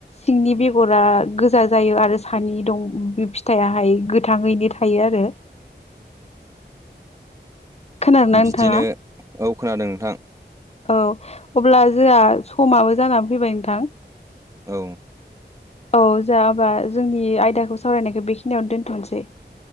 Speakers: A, on the left (about 35°); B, on the right (about 15°).
A: सिंनि बेगरा गोजा जायो आरो सानि दं बे फिथाइयाहाय गोथाङैनो थायो आरो। आरो। खोनादोंना नोंथाङा
B: बिदिनो औ खोनादों नोंथां।
A: औ अब्ला जोआ समाबो जाना फैबाय नोंथां।
B: औ।
A: औ जाबाय जोंनि आयदाखौ सावरायनायखौ बेखिनियावनो दोनथ'नोसै।